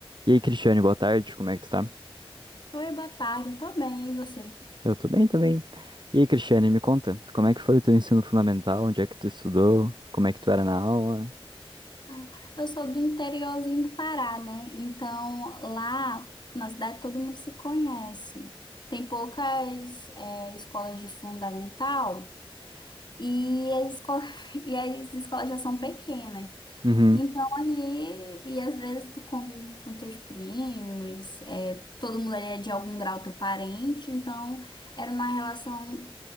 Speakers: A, on the right; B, on the left.
A: E aí, Cristiane, boa tarde, como é que tu tá?
B: Oi, boa tarde, eu tô bem, e você?
A: Eu tô bem também. E aí, Cristiane, me conta, como é que foi o teu ensino fundamental? Onde é que tu estudou? Como é que tu era na aula?
B: Ah, eu sou do interiorzinho do Pará, né? Então, lá na cidade todo mundo se conhece. Tem poucas é, escolas de fundamental e as, esco- <laughs> e as escolas já são pequenas.
A: Uhum.
B: Então, ali, e às vezes tu convive com teus primos, é, todo mundo ali é de algum grau teu parente, então era uma relação